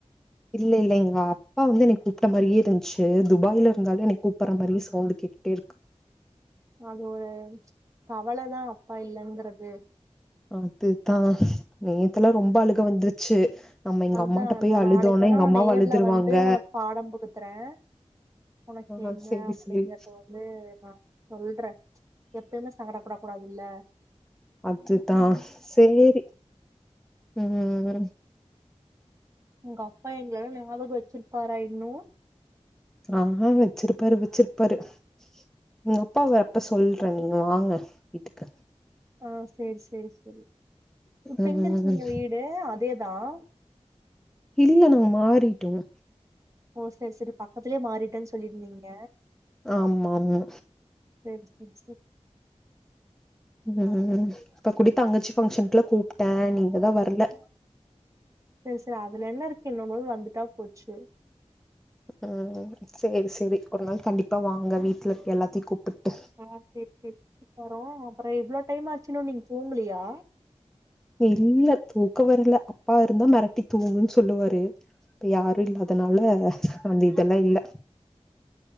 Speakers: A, in the centre; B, on the right.
A: இல்ல இல்ல எங்க அப்பா வந்து என்னை கூப்ட்ட மாரியே இருந்ச்சு துபாய்ல இருந்தாலு என்னை கூப்பட்ற மாரியே சவுண்டு கேட்டுட்டே இருக்கு
B: அது கவலதா அப்பா இல்லங்கறது
A: அதுதா நேத்தெல்லா ரொம்ப அழுக வந்துருச்சு நம்ம எங்க
B: அதான்
A: அம்மாட்ட போய்
B: நான்
A: அழுதோனா
B: நாளைக்கு வேனா
A: எங்க
B: நான்
A: அம்மாவு
B: நேர்ல
A: அழுதுருவாங்க
B: வந்து உனக்கு பாடம் புகுத்துறேன் உனக்கு என்ன
A: ஆ சேரி
B: அப்டிங்கறத
A: சேரி
B: வந்து நான் சொல்றன் எப்பயுமே சங்கட படக் கூடாது இல்ல
A: அதுதான் சேரி ம்
B: உங்க அப்பா எங்கலல்லா ஞாபகம் வச்சிருப்பாரா இன்னு
A: நல்லா வெச்சிருப்பாரு வெச்சிருப்பாரு உங்க அப்பா வர்ட்டு சொல்றன் நீங்க வாங்க வீட்டுக்கு
B: ஆ சேரி சேரி சேரி இப்ப
A: ம்
B: எங்க இருக்கிங்க வீடு அதேதான்
A: இல்ல நாங்க மாறிட்டோம்
B: ஓ சேரி சேரி பக்கத்துலயே மாறிட்டேன் சொல்லிருந்தீங்க
A: ஆமா ஆமா
B: சேரி சேரி சேரி
A: ம் இப்ப கூடி தங்கச்சி பங்க்ஷன்க்லா கூப்ட்டேன் நீங்க தான் வர்ல
B: சேரி சேரி அதுல என்ன இருக்கு இன்னொர் நாள் வந்துட்டா போச்சு
A: ம் சேரி சேரி ஒரு நாள் கண்டிப்பா வாங்க வீட்ல எல்லாத்தையு கூப்டுகிட்டு
B: ஆ சேரி சேரி அப்பறோம் அப்பறோம் இவ்ளோ டைம் ஆச் இன்னு நீங்க் தூங்கலியா
A: இல்ல தூக்கோ வர்ல அப்பா இருந்தா மெரட்டி தூங்குங்கன் சொல்லுவாரு யாரு இல்லாதனால அந்த இதெல்லா இல்ல